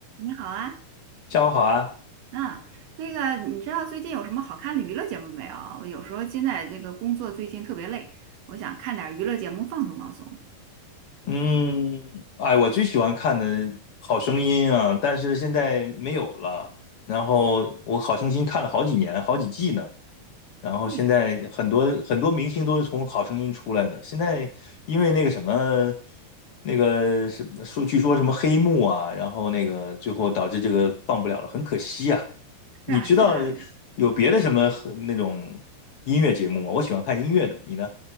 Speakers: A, on the right; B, on the left.
A: 你好啊，
B: 下午好啊，
A: 嗯，那个，你知道最近有什么好看的娱乐节目没有？我有时候现在这个工作最近特别累，我想看点儿娱乐节目放松放松。
B: 嗯，哎，我最喜欢看的《好声音》啊，但是现在没有了。然后我《好声音》看了好几年，好几季呢。然后现在很多很多明星都是从《好声音》出来的。
A: 对呀，
B: 现在因为那个什么，那个什么说，据说什么黑幕啊，然后那个最后导致这个放不了了，很可惜啊。
A: 是啊，
B: 你知道
A: 是啊，
B: 有别的什么那种音乐节目吗？我喜欢看音乐的，你呢？